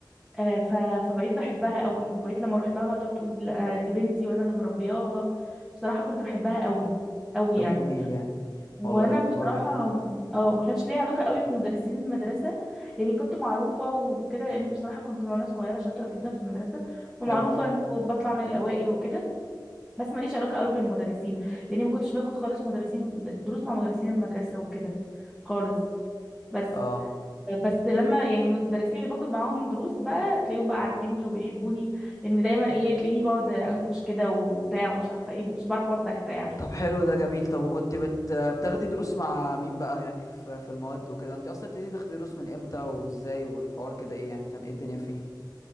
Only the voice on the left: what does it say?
طب
جميل يعني
والله برافو
عليه
حلو
اه
طب حلو ده جميل طب وكنت بت... بتاخدي دروس مع مين بقى يعني في في المواد وكده انت اصلا ابتديتي تاخدي دروس من امتى وازاي والحوار كده ايه يعني كان ايه الدنيا فيه